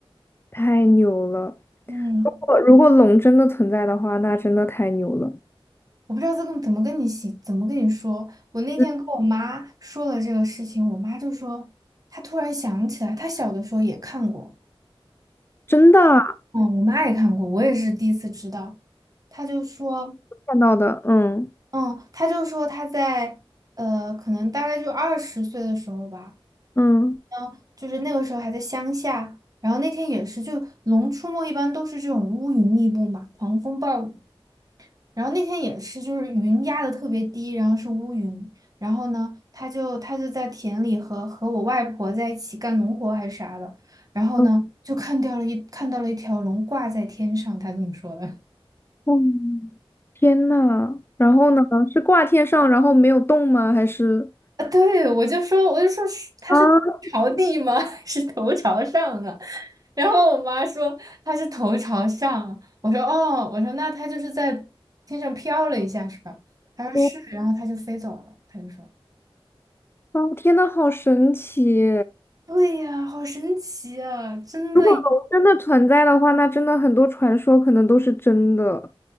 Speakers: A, on the left; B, on the right.
A: 太牛了！
B: 嗯，
A: 如果如果龙真的存在的话，那真的太牛了。
B: 我不知道这个怎么跟你形，怎么跟你说。我那天跟我妈说了这个事情，
A: 嗯，
B: 我妈就说她突然想起来，她小的时候也看过。
A: 真的啊
B: 嗯，我妈也看过，我也是第一次知道。她就说，
A: 看到的，嗯
B: 嗯，她就说她在，呃，可能大概就二十岁的时候吧，
A: 嗯
B: 嗯，就是那个时候还在乡下，然后那天也是，就《龙出没》一般都是这种乌云密布嘛，狂风暴雨，然后那天也是，就是云压的特别低，然后是乌云，然后呢，她就她就在田里和和我外婆在一起干农活还是啥的，然后呢，
A: 嗯，
B: 就看到了一看到了一条龙挂在天上，她这么说的。
A: 哦天呐，然后呢？是挂天上，然后没有动吗？还是
B: 啊，对，我就说，我就说是他是朝地吗？
A: 啊？
B: <laughs> 是头朝上啊？<laughs> 然后我妈说他是头朝上，我说哦，我说那他就是在天上飘了一下是吧？她说是，
A: 我
B: 然后他就飞走了。他就说
A: 哦，天呐，好神奇！
B: 对呀，好神奇啊，真的
A: 如果龙真的存在的话，那真的很多传说可能都是真的。